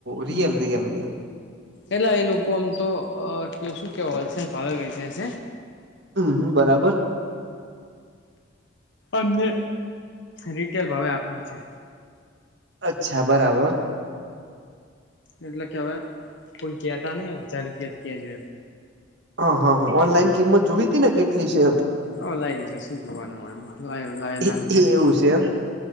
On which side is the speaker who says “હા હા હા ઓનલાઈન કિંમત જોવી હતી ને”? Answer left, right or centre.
Right